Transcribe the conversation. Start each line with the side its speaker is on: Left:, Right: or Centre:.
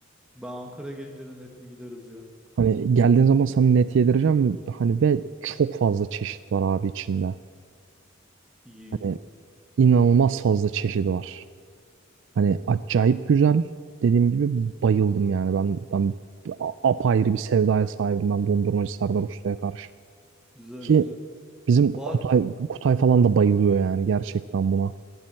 Centre: Ben Ankara gelince de net bir gideriz ya.
Right: Hani geldiğin zaman sana net yedireceğim ve hani ve çok fazla çeşit var abi içinde.
Centre: İyi
Right: Hani
Centre: iyi.
Right: inanılmaz fazla çeşidi var. Hani acayip güzel. Dediğim gibi bayıldım yani. Ben, ben a- apayrı bir sevdaya sahibim ben dondurmacı Serdar Usta'ya karşı.
Centre: Güzel
Right: Ki
Centre: güzel.
Right: bizim
Centre: Ba-
Right: Kutay, Kutay falan da bayılıyor yani gerçekten buna.